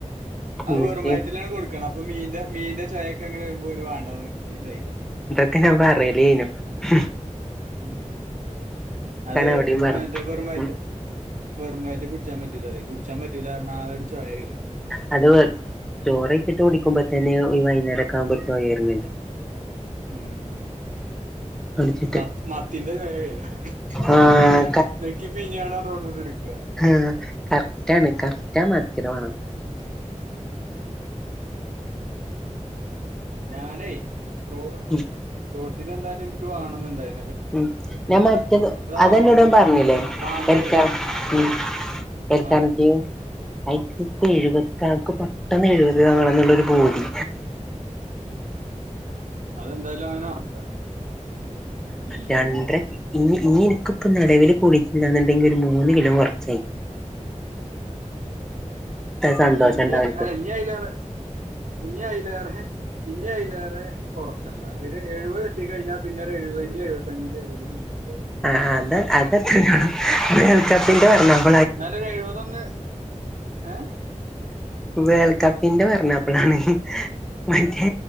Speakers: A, on the right; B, in the centre.
A: അത്
B: എന്നിട്ട്
A: വെറും വയറ്റിൽ ആണ് കൊടുക്കണേ മീന്റെ മീന്റെ ചായ <unintelligible> വേണ്ടാന്നു <unintelligible>
B: ക്ക് നാ <unintelligible> <unintelligible>
A: ഉം അത്
B: അവിടെയും പറഞ്ഞു
A: മറ്റേ വെറും വയറ്റ്
B: ഉം
A: വെറുവയറ്റി കുട്ച്ചാൻ പറ്റൂലതെ കുട് ചാം പറ്റുലാർഞ്ഞ ആഹ് രു ചൊയ വരു
B: ഹലോ ചോറെയ്ച്ചിട്ടു കുടിക്കുമ്പോ തന്നെയോ ഇ വൈന്നേരക്കാഉമ്പോൾക് ഓ വെര്ണ് ണ്ട്
A: ഉം ഉം ഉം
B: കുടിച്ചിട്ട്
A: മത് മത്തിന്റെ ചൊയെ വെര.
B: ആഹ്
A: മത്തിനെ ന്നെക്കി പീഞ്ഞാണോ <unintelligible>
B: ആ കറക്റ്റ് ആണ് കറക്റ്റ് ആ മത്തിടെ മണം
A: ഉം, ഉം. ഞാനെ റോ അ
B: ഉം
A: റോട്ടിന് വന്നാൽ ഇൻക് വാണം ന്ന്ണ്ടായ്
B: ഉം ഞാൻ മത്തിങ്‌ അതെന്നോട്
A: വാങ്ങുമ്പോ
B: അൻ പറഞ്ഞില്ലെ
A: വാങ്ങുമ്പളേ
B: <unintelligible>
A: ഏത് ആഹ് ഉം
B: ഇത് ഞാ പർഞുള്ളോരു ബോഡി
A: അതെന്തായാലും അങ്ങനെ ആവൂല ഉം
B: രണ്ട്ര ഇഞ്ഞി ഇഞ്ഞി ഇൻക്ക് പ്പം നെലവില് കൂടിട്ട്ണ്ടാണന്തെങ്കി മൂന്ന് കിലോ കൊർച്ചേ സന്തോഷം
A: അയി ഞ്എ
B: ഉണ്ടാവും എനിക്ക്
A: ഞയിലേറെ ഞയിലേറെ ഞയിലേറെ കൊറക്കണ്ടാ ഒര് എഴുപതെത്തി കയിഞ്ഞാ പിന്നെരു എഴുവെ <inaudible> <inaudible>
B: ആഹ് ആഹ് അത് അത്രേ ഉള്ളു <inaudible>
A: എന്നാലും ഒര് എഴുപത് ഒന്ന് ഏഹ്.
B: വേൾ കപ്പിന്റെ പറഞ്ഞപ്പളാണ് മറ്റേ